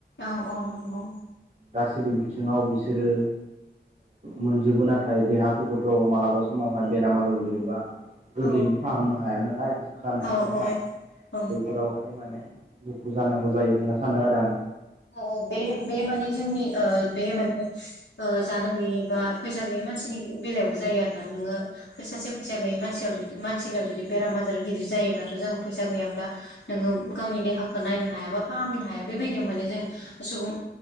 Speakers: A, on the left; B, on the right.
A: औ औ नंगौ
B: गासैबो बिथिङाव बिसोरो मोनजोबो नाथाय देहाफोरखौथ' मालाबा समावहाय बेराम आजार गो्लैयोबा गोरलैयैनो
A: औ
B: फाहामनो हाया नालाय सोखानो
A: औ
B: हाया नालाय
A: औ औ
B: बैफोरावहाय माने दुखु जानांगौ जायो होनना सानो आरो आं
A: औ बे बे माने जोंनि बे माने जानो गैयै बा फैसा गैयि मानसिनि बेलायावबो जायो आरो ना नोङो फोसाासे फैसा गैयै मानसियाव जु मानसिनियाव जुदि बेराम आजार गिदिर जायोब्लाथ' जों फैसा गैयाब्ला नोङो गावनि देहाखौ नायनो हायााबा फाहामनो हाया बेबायदियाव माने जों सुबुं